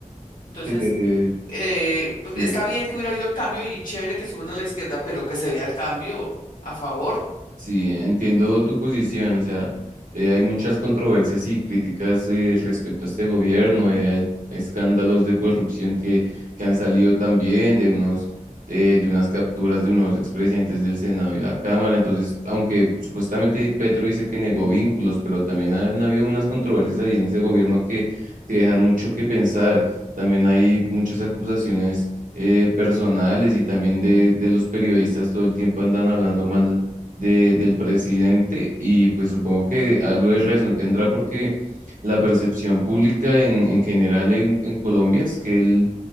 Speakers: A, on the left; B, on the right.
A: Entonces,
B: Eh,
A: eh,
B: sí.
A: está bien que hubiera habido el cambio y chévere que suban a la izquierda, pero que se vea el cambio a favor.
B: Sí, entiendo tu posición, o sea, eh, hay muchas controversias y críticas eh, respecto a este gobierno, eh, hay escándalos de corrupción que, que han salido también de unos, eh, de unas capturas de unos expresidentes del Senado y la Cámara, entonces, aunque supuestamente Petro dice que negó vínculos, pero también han habido unas controversias ahí en ese gobierno que, que dejan mucho que pensar, también hay muchas acusaciones eh, personales y también de, de los periodistas todo el tiempo andan hablando mal de- del presidente y pues supongo que algo de razón tendrá porque la percepción pública en, en general en, en Colombia es que el,